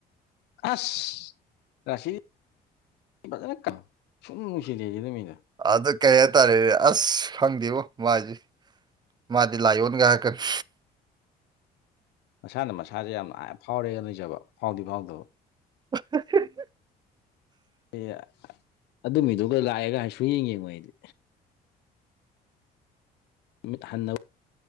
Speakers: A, on the left (about 85°); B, on the right (about 25°).
A: ꯑꯁ ꯔꯁꯤ ꯐꯖꯅ ꯀꯪ ꯁꯨꯝ ꯅꯨꯡ ꯅꯨꯡꯁꯤꯗꯦ ꯑꯗꯨ ꯃꯤꯗꯣ
B: ꯑꯗꯨ ꯀꯩ ꯍꯥꯏꯇꯥꯔꯦꯅꯦ ꯑꯁ ꯈꯪꯗꯦꯕꯣ ꯃꯥꯏꯁꯦ ꯃꯥꯗꯤ ꯂꯥꯏꯌꯣꯟꯒ ꯍꯥꯏꯔꯛꯀꯅꯤ
A: ꯃꯁꯥꯅ ꯃꯁꯥꯁꯦ ꯌꯥꯝ ꯑꯥ ꯐꯥꯎꯔꯦꯒ ꯂꯩꯖꯕ ꯐꯥꯎꯗꯤ ꯐꯥꯎꯗꯕ
B: ꯍ <unintelligible>
A: ꯑꯦ ꯑꯗꯨꯃꯤꯗꯨꯒ ꯂꯥꯛꯑꯦꯒ ꯁꯨꯡ ꯌꯦꯡ ꯌꯦꯡꯉꯣ ꯑꯩꯗꯤ ꯅꯨꯃꯤꯠ ꯍꯟꯅ ꯐꯎ